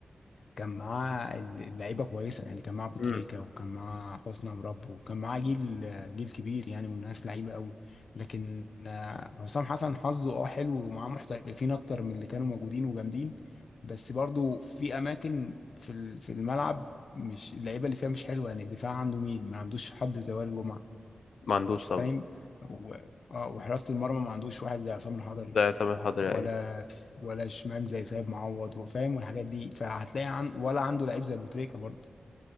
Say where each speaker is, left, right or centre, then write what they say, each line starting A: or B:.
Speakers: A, on the left; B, on the left.
A: كان معاه اللعيبه كويسه يعني كان معاه أبو
B: مم.
A: تريكة وكان معاه حسني عمرو وكان معاه جيل جيل كبير يعني والناس لعيبه قوي لكن آه، حسام حسن حظه اه حلو ومعاه محترفين اكتر من اللي كانوا موجودين وجامدين بس برضو في اماكن في ال- في الملعب مش اللعيبه اللي فيها مش حلوه يعني الدفاع عنده مين ما عندوش حد زي وائل جمعه
B: ما عندوش
A: فاهم
B: طبعا
A: و- آه، وحراسه المرمى ما عندوش واحد زي عصام الحضري
B: زي عصام الحضري
A: ولا
B: ايوه
A: ولا شمال زي سيد معوض فاهم والحاجات دي فهتلاقي عند ولا عنده لعيب زي بوتريكا برضه